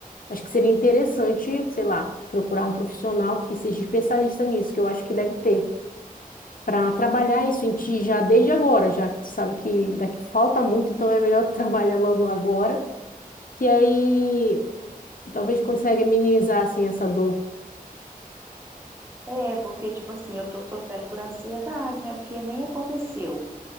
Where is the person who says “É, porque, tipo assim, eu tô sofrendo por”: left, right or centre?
Right